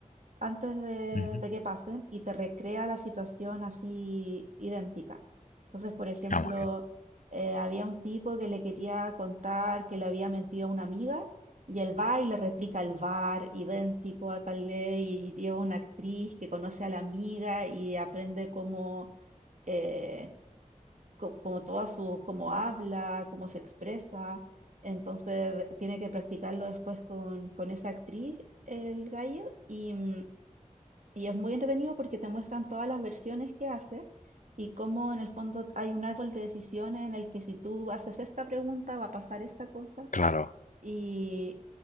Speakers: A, on the right; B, on the left.
A: antes de,
B: ujú.
A: de que pasen y te recrea la situación así idéntica. Entonces, por ejemplo,
B: Ah, muy bien,
A: eh, había un tipo que le quería contar que le había mentido a una amiga y él va y le replica el bar idéntico a tal ley y lleva una actriz que conoce a la amiga y aprende cómo, eh, co- como toda su, cómo habla, cómo se expresa. Entonces tiene que practicarlo después con, con esa actriz, el gallo, y, mm, y es muy entretenido porque te muestran todas las versiones que hace y cómo en el fondo hay un árbol de decisiones en el que si tú haces esta pregunta va a pasar esta cosa
B: claro,
A: y,